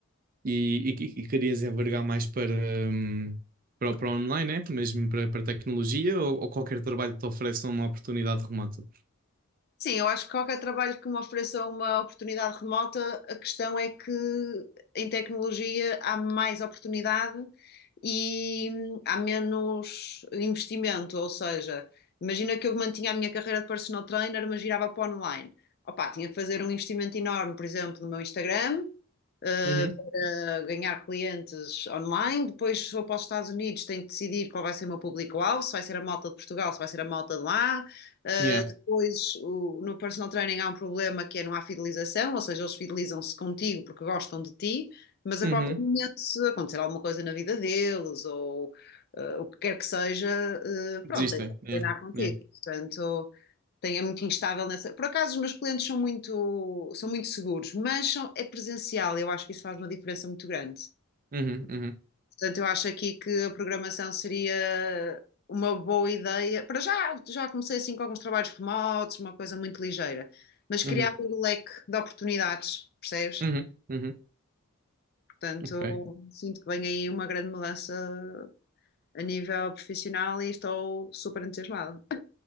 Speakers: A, on the right; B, on the left.
A: E, e, e querias envergar mais para, hum, para, o- para o online, né? Mesmo para, para tecnologia ou, ou qualquer trabalho que te ofereça uma oportunidade remota?
B: Sim, eu acho que qualquer trabalho que me ofereça uma oportunidade remota, a questão é que em tecnologia há mais oportunidade e hum, há menos investimento. Ou seja, imagina que eu mantinha a minha carreira de personal trainer, mas girava para online. Opa, tinha que fazer um investimento enorme, por exemplo, no meu Instagram, eh,
A: Uhum,
B: para ganhar clientes online. Depois, se vou para os Estados Unidos, tenho que decidir qual vai ser o meu público-alvo, se vai ser a malta de Portugal, se vai ser a malta de lá.
A: yeah,
B: Depois, o- no personal training há um problema que é não há fidelização, ou seja, eles fidelizam-se contigo porque gostam de ti, mas a
A: uhum.
B: qualquer momento, se acontecer alguma coisa na vida deles ou eh, o que quer que seja, eh,
A: Desistem,
B: pronto, tens que
A: yeah,
B: treinar contigo.
A: yeah.
B: Portanto, tem, é muito instável nessa. Por acaso, os meus clientes são muito, são muito seguros, mas são- é presencial, eu acho que isso faz uma diferença muito grande.
A: Uhum, uhum,
B: Portanto, eu acho aqui que a programação seria uma boa ideia. Para já, já comecei assim com alguns trabalhos remotos, uma coisa muito ligeira, mas queria
A: uhum,
B: abrir o leque de oportunidades, percebes?
A: uhum, uhum.
B: Portanto,
A: Ok,
B: sinto que vem aí uma grande mudança a nível profissional e estou super entusiasmada.